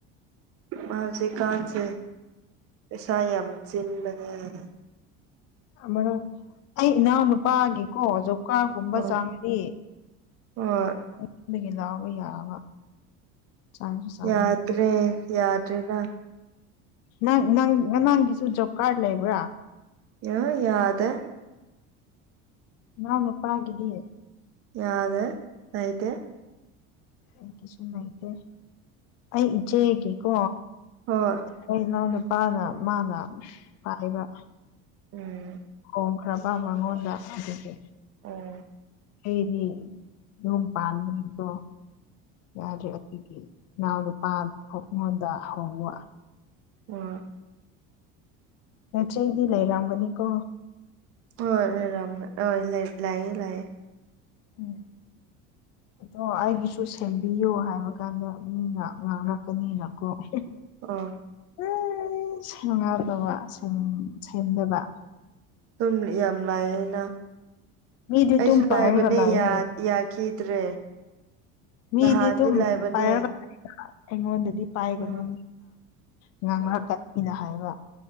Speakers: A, on the right (about 50°); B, on the left (about 60°).
A: ꯃꯥꯥ ꯍꯧꯖꯤꯛꯀꯥꯟꯁꯦ ꯄꯩꯁꯥ ꯌꯥꯝ ꯆꯤꯟꯕꯒ <inaudible>
B: ꯑꯃꯅ ꯑꯩ ꯏꯅꯥꯎ ꯅꯨꯄꯥꯒꯤꯀꯣ ꯖꯧ ꯀꯀꯥꯒꯨꯝꯕ
A: ꯑꯣ
B: ꯆꯥꯉꯗꯤ
A: ꯍꯣꯏ
B: ꯑꯩꯉꯗꯒꯤ ꯂꯥꯎꯕ ꯌꯥꯕ ꯆꯥꯡꯁꯨ ꯆꯥꯡꯅꯗꯦ
A: ꯌꯥꯗ꯭ꯔꯦ ꯌꯥꯗꯔꯤꯅ
B: ꯅꯪ ꯅꯪ ꯅꯃꯥꯡꯒꯤꯁꯨ ꯖꯣꯕ ꯀꯥꯔꯗ ꯂꯩꯕ꯭ꯔꯥ
A: ꯌꯥ ꯌꯥꯗꯦ
B: ꯅꯅꯥꯥꯎꯄꯗꯨꯗꯤ
A: ꯌꯥꯗꯦ ꯂꯩꯇꯦ
B: ꯑꯩ ꯀꯁꯨꯨꯝꯉꯥꯏꯇꯦ ꯑꯩ ꯏꯆꯦꯒꯤꯀꯣ
A: ꯍꯣꯏ
B: ꯑꯩꯏ ꯏꯅꯥꯎ ꯅꯨꯄꯥꯅ ꯃꯥꯅ ꯄꯥꯏꯕ
A: ꯎꯝ
B: ꯍꯣꯡꯈ꯭ꯔꯕ ꯃꯉꯣꯟꯗ ꯑꯗꯨꯒꯤ
A: ꯎꯝ
B: ꯑꯩꯗꯤ ꯌꯨꯝ ꯄꯥꯟꯕꯒꯤꯗꯣ ꯌꯥꯗꯔꯤ ꯑꯗꯨꯒꯤ ꯏꯅꯥꯎ ꯅꯨꯄꯥꯍꯧꯈꫭꯟꯗ ꯍꯧꯕ
A: ꯎꯝ
B: ꯅꯆꯦꯗꯤ ꯂꯩꯔꯝꯒꯅꯤꯀꯣ
A: ꯍꫭꯏ ꯂꯩꯔꯝ ꯑꫭꯏ ꯂꯩꯌꯦ ꯂꯩꯌꯦ
B: ꯎꯝ ꯑꯗꯣ ꯑꯩꯒꯤꯁꯨ ꯁꯦꯝꯕꯤꯌꯣ ꯍꯥꯏꯕ ꯀꯥꯟꯗ ꯃꯤꯅ ꯉꯥꯡꯂꯛꯀꯅꯤꯅꯀꫭ
A: ꯑꯣ
B: ꯑꯦ ꯁꯦꯝ ꯉꯗꯕ ꯁꯦꯝꯗꯕ
A: ꯁꯨꯝ ꯌꯥꯝ ꯂꯥꯛꯑꯦꯅ
B: ꯃꯤꯗꯤ
A: ꯑꯩꯁꯨ
B: ꯑꯗꯨꯝ ꯄꯥꯏꯔꯒ
A: ꯂꯥꯏꯕꯅꯦ
B: ꯂꯥꯛꯑꯦ
A: ꯌꯥ ꯌꯥꯈꯤꯗ꯭ꯔꯦ
B: ꯃꯤꯗꯤꯗꯨꯝ
A: ꯅꯍꯥꯟꯗꯤ ꯂꯥꯏꯕꯅꯦ
B: <unintelligible> ꯑꯩꯉꯣꯟꯗꯗꯤ ꯄꯥꯏꯒꯅꯨ
A: ꯎꯝ
B: ꯉꯥꯡꯂꯛꯀꯅꯤꯅ
A: ꯎꯝ
B: ꯍꯥꯏꯕ